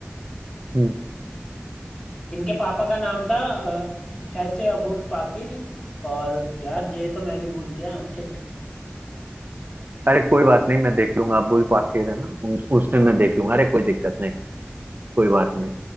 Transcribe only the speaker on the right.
हम्म
अरे कोई बात नहीं मैं देख लूंगा अबुल पाखिर है ना उस, उसमें
मैं देख लूंगा अरे कोई दिक्कत नहीं कोई बात नहीं